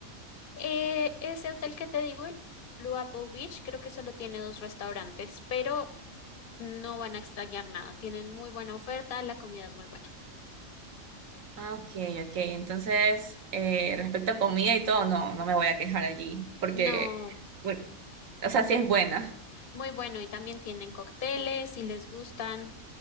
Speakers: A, on the left (about 55°); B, on the right (about 70°).
A: Eh, ese hotel que te digo, el Blue Apple Beach, creo que solo tiene dos restaurantes, pero no van a extrañar nada. Tienen muy buena oferta, la comida es muy buena.
B: Ah, ok, ok. Entonces, eh, respecto a comida y todo, no, no me voy a quejar allí, porque,
A: No,
B: bueno, o sea, sí es buena.
A: muy bueno y también tienen cócteles, si les gustan,